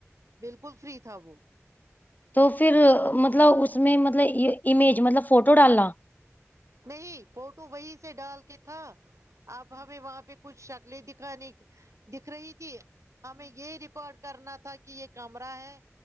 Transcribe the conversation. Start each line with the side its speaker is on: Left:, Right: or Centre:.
Right: بالکل فری تھا وہ
Left: تو پھر ا مطلب اس میں مطلب امیج مطلب فوٹو ڈالنا
Right: نہیں فوٹو وہی سے ڈال کے تھا اب ہمیں وہاں پہ کچھ شکلیں دکھانے کی دکھ رہی تھی ہمیں یہ ریکارڈ کرنا تھا کی یہ کیمرہ ہے